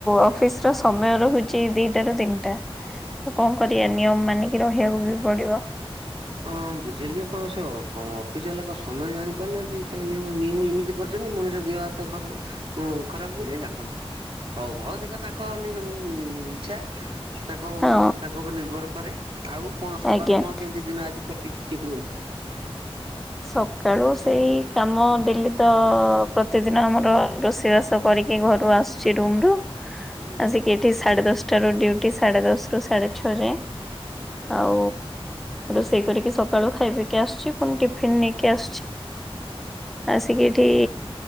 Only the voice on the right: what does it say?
ହଁ ବୁଝିଲି ଯେ କଳାସ, ସ- ଅଫିସ୍ ବାଲା କଣ ସମୟ ଜାଣି ପାରୁନାହାନ୍ତି। ତାଙ୍କ ନିୟମ ନିୟମ ଏମିତି କର ଛନ୍ତି ମଣିଷ ଦେହ ହାତ ଖରାପଁ ଖରାପ କରିବେ ନା କଣ। ହଉ ହଉ ଦେଖ ତାଙ୍କ ନି ଇଚ୍ଛା। ତାଙ୍କୁ
ତାଙ୍କ ଉପରେ ନିର୍ଭର କରେ, ଆଉ କଣ ସକାଳୁ
କଣ କେମିତି ଦିନ ଆଜି କଟିଛି ଠିକ୍ କୁହନ୍ତୁ।
ହୁଁ।